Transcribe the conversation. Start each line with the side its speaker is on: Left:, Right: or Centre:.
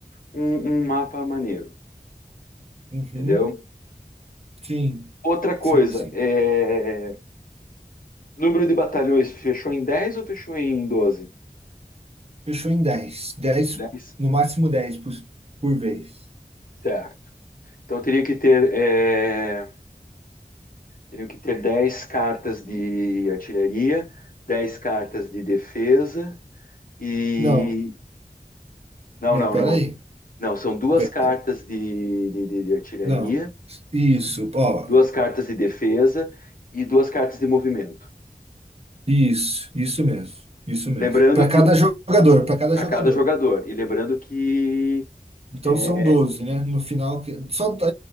Left: um, um mapa maneiro,
Right: Uhum,
Left: entendeu?
Right: sim.
Left: Outra coisa,
Right: Sim, sim.
Left: é Número de batalhões fechou em 10 ou fechou em doze?
Right: Fechou em dez dez
Left: Dez,
Right: no máximo 10 por, por vez.
Left: Certo. Então eu teria que ter, é, teriam que ter 10 cartas de artilharia, 10 cartas de defesa e.
Right: Não,
Left: Não,
Right: não,
Left: não,
Right: peraí.
Left: não. Não, são duas
Right: De-
Left: cartas de, de, de- de artilharia,
Right: Não, isso, ó,
Left: duas cartas de defesa e duas cartas de movimento.
Right: isso, isso mesmo, isso mesmo.
Left: Lembrando
Right: Para
Left: que
Right: cada jogador, para cada
Left: para
Right: jogador.
Left: cada jogador. E lembrando que.
Right: Então
Left: é,
Right: são doze né? No final, que só tá-